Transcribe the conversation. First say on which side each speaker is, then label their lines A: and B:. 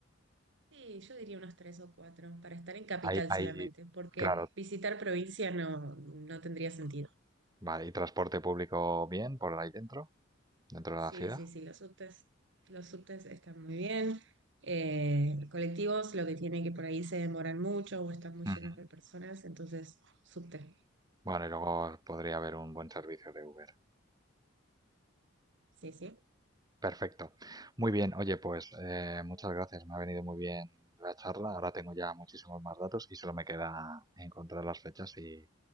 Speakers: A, on the right; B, on the right.
A: Sí, yo diría unos tres o cuatro, para estar en capital
B: ¿Hay, hay,
A: solamente, porque
B: claro,
A: visitar provincia no, no tendría sentido.
B: vale, y transporte público bien por ahí dentro, dentro de
A: Sí,
B: la ciudad?
A: sí, sí, los subtes, los subtes están muy bien. Eh, colectivos, lo que tiene que por ahí se demoran mucho o están muy
B: Ujú.
A: llenos de personas, entonces subte.
B: Bueno, y luego podría haber un buen servicio de Uber.
A: Sí, sí.
B: Perfecto. Muy bien, oye, pues eh, muchas gracias, me ha venido muy bien la charla, ahora tengo ya muchísimos más datos y solo me queda encontrar las fechas y,